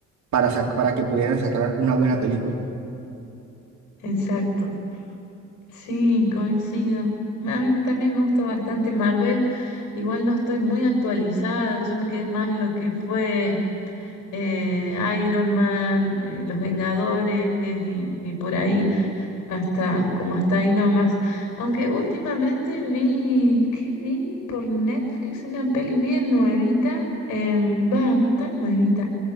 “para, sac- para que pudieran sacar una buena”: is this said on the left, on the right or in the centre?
Right